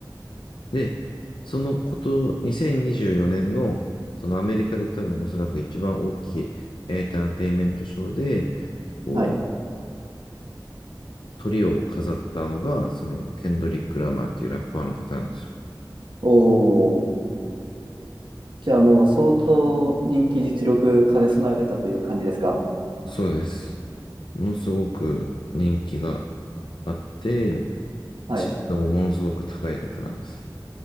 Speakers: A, on the left; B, on the right.
A: で、そのこと、2024年の、そのアメリカで多分おそらく一番大きいエンターテインメントショーで、こう、
B: はい。
A: 鳥を飾ったのが、その、ケンドリック・ラマーっていうラッパーの方なんですよ。
B: おー。じゃあもう相当人気実力兼ね備えたという感じですか
A: そうです。ものすごく人気があって、
B: はい。
A: 知名度もものすごく高い方なんです。
B: う